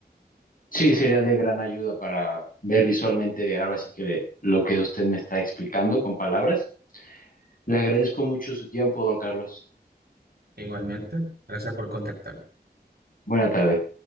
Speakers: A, on the left; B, on the right.
A: sí, sería de gran ayuda para ver visualmente ahora sí que le- lo que usted me está explicando con palabras. Le agradezco mucho su tiempo, don Carlos.
B: Igualmente, gracias por contactarme.
A: Buena tarde.